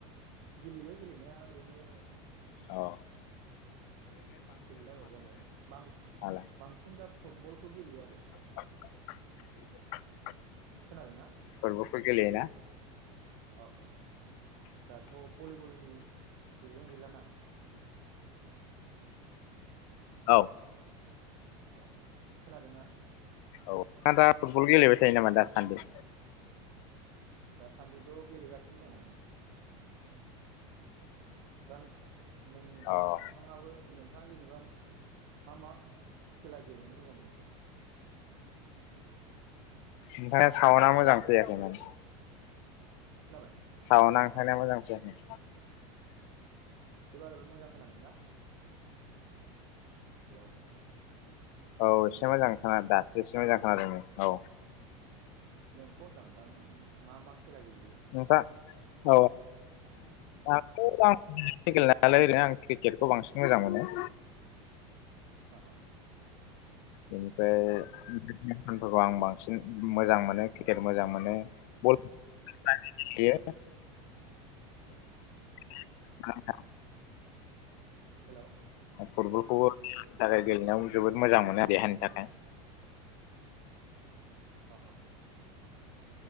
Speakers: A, on the right; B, on the left.
A: गेलेयो गेलेनाया ओरैनो
B: अह।
A: गेलेला बायो गामियाव बां
B: नोंथाङालाय
A: बांसिन दा। फुटबलखौ गेलेयो आरो।
B: <unintelligible>
A: खोनादोंना?
B: फुटबलफोर गेलेयोना।
A: औ औ। दाथ' भलिबलनि। सिजेन गैलाना।
B: औ।
A: औ खोनादों ना?
B: औ दा फुटबल गेलेबाय थायो नामा दासान्दि
A: दासान्दिथ' गेलेगासिनो दङ। दन नोंथाङाबो
B: अ
A: नोंथाङा जेनेबा मा मा खेला गेलेनो मोजां मोनो दे
B: ओमफ्राय
A: खोनादोंना
B: साउन्दआ मोजां फैयाखै माने
A: खोनाबाय
B: साउतआ साउथआ मोजां फैयाखै।
A: एबार मोजां खोनादों दा हेल'
B: औ एसे मोजांखाना दासो एसे मोजां खोनादोंदे औ
A: खौ होनदांदां मा मा खेला गेलेयो
B: नोंथाङा औ दाथ आं गेलेनायालाय ओरैनो आं क्रिकेटखौ बांसिन मोजां मोनो।
A: औ
B: बेनिफ्रायसफोरखौ आं बांसिन मोजां मोनो क्रिकेट मोजां मोनो बल बेयो <unintelligible>
A: हेल'
B: फुटबलखौबो थाखाय गेलेनायाव जोबोद मोजां मोनो देहानि थाखाय
A: अ ह